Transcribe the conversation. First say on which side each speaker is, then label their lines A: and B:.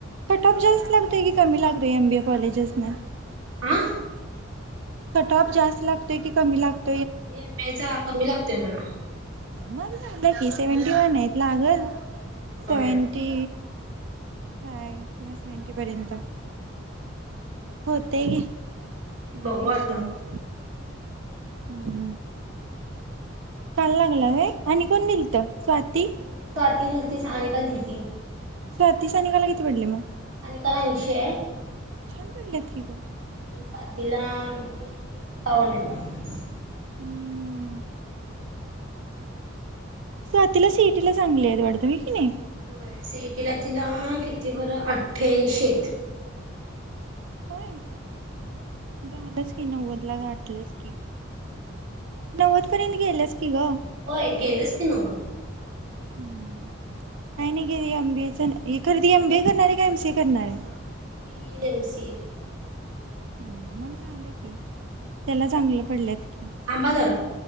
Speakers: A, on the right (about 65°); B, on the right (about 85°).
A: कट ऑफ जास्त लागतय की. कमी लाग र एमबीए कॉलेजेस न.
B: आह.
A: कटऑफ जास्त लागते की कमी लागते?
B: म बी ए कमी लागतोय म्हणा.
A: मला की सेव्हंटी वन आहे लागल.
B: होय
A: सेवेंटी. फय किंवा सेंटी पर्यंत होतय ग. न
B: बघू
A: काय विषयने.
B: आता
A: हम्
B: आणि
A: काल लागला
B: काय
A: आहे आणि कोण गेलता स्वाती
B: आणि स्वाती गेलती सानिका गेलती
A: स्वाती सनिकाला किती पडले मग?
B: सानिका ला ऐंशी.
A: छान पडल्यात की ग
B: स्वाती ला किती सत्तावन्न आहे.
A: हम्म स्वातीला सिटीला चांगली आहेत वाढत मी कि नाही
B: होय सीईटीला तिला किती बरं अठ्ठ्यांशी.
A: होय. झालंच हेी नव्वद तिला घाटलंच की नव्वद पर्यंत गेलास की ग
B: होय गेलेच की नवद <unintelligible>
A: का नाही गेली एमबीएच खरदी एमबीए करणारे का एमसीए करणारे
B: <unintelligible> एम सी ए
A: हम्म मग झालं की त्याला चांगलं पडल्यात कि
B: थांबा जरा